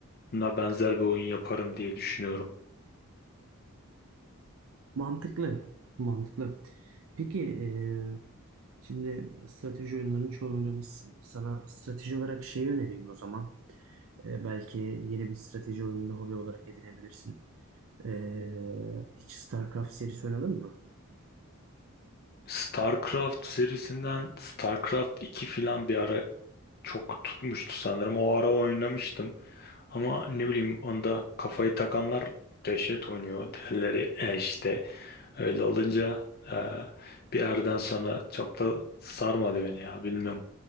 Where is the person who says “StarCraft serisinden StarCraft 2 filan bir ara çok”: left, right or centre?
Left